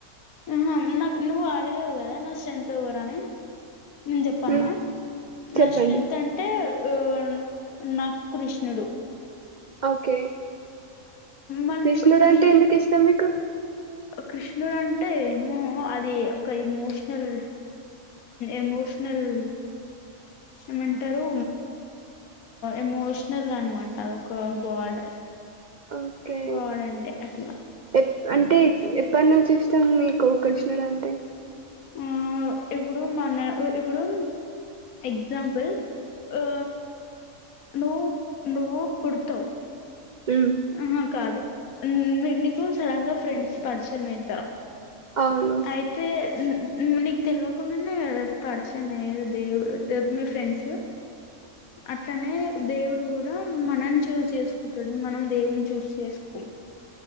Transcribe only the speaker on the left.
హ నా నువవు అడిగ హోదా నా స్ట్రెంతంతరానే నేను చెప్పన్న
నా స్ట్రెంగ్త్ అంటే ఆ నాకు కృష్ణుడు
మళ్ళీ
మీకు
వీక్
కృష్ణుడు అంటే ఏమో అది ఒక ఎమోషనల్ ఎమోషనల్ ఏమంటారు ఎమోషనల్ అనమాట అది ఒక గాడ్
గాడ్ అంటే అట్లా
ఆ ఇప్పుడు మన ఇప్పుడు ఎగజాంపుల్ ఆ నువ్వు నువ్వు పుడతావు
ఆహా కాదు నీకు సడన్ గా ఫ్రెండ్స్ పరిచయం అవుతారు
అయితే నీకు తెల్వకుండానె పరిచయమయ్యేది దేవుడు మీ ఫ్రెండ్స్ అట్లనే దేవుడు కూడ మనని చూజ్ చేసుకుంటడు మనం దేవుని చూస్ చేసుకోం